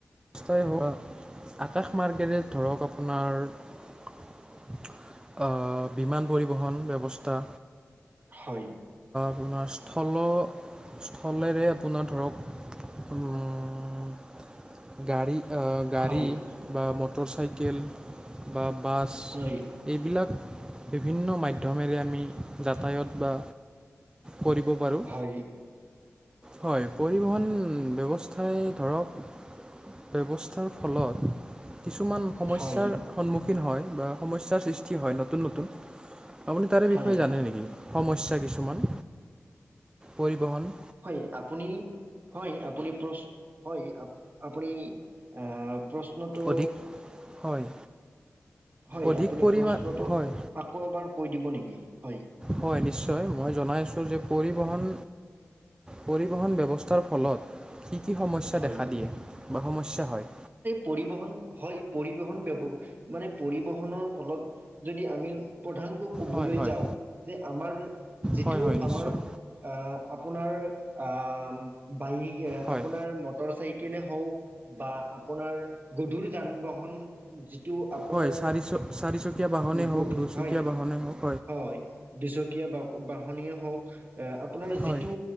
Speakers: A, on the right; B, on the right.
A: ব্যৱস্থাই হোৱা, আকাশমাৰ্গেৰে ধৰক আপোনাৰ অহ, বিমান পৰিবহণ ব্যৱস্থা।
B: হয়।
A: আপোনা স্থল স্থলেৰে আপোনাৰ ধৰক উম গাড়ী গাড়ী
B: হয় হয়
A: বা মটৰ চাইকেল বা বাছ
B: হয়
A: এইবিলাক বিভিন্ন মাধ্যমেৰে আমি যাতায়ত বা পৰিব পাৰোঁ।
B: হয়
A: হয় পৰিবহণ ব্যৱস্থাই ধৰক ব্যৱস্থাৰ ফলত কিছুমান সমস্যাৰ
B: হয়
A: সন্মুখীন হয় বা সমস্যাৰ সৃষ্টি হয় নতুন নতুন। আপুনি তাৰে
B: হয়
A: বিষয়ে
B: হয়
A: জানে নেকি? সমস্যা কিছুমান পৰিবহন।
B: হয় আপুনি, হয় আপুনি প্ৰ, হয় আ-আপুনি অহ প্ৰশ্নটো
A: অধিক হয়
B: হয়
A: অধিক
B: আপুনি
A: পৰিমা
B: প্ৰশ্নটো,
A: হয়
B: আকৌ এবাৰ কৈ দিব নেকি। হয়
A: হয় নিশ্চয় মই জনাই আছোঁ যে পৰিবহণ, পৰিবহণ ব্যৱস্থাৰ ফলত কি কি সমস্যা
B: হয়
A: দেখা দিয়ে বা সমস্যা হয়।
B: পৰিবহন হয় পৰিবহন ব্যৱ, মানে পৰিবহনৰ ফলত যদি আমি প্ৰধানকৈ ক'বলৈ
A: হয় হয়
B: যাওঁ যে আমাৰ যিটো
A: হয় হয় নিশ্চয়
B: আমাৰ অহ, আপোনাৰ অহ, বায়
A: হয়
B: আপোনাৰ মটৰ চাইকলে হওঁক বা আপোনাৰ গধুৰ যান-বাহন প্ৰশ্নটো আপোনাৰ
A: হয় চাৰিচ চাৰিচকীয়া বাহনেই হওক
B: গধুৰ,
A: দুচকীয়া
B: হয়।
A: বাহনেই হওক
B: হয়, দুচকীয়া বাহন। বাহনিয় হওক এ আপোনাৰ
A: হয়
B: যিটো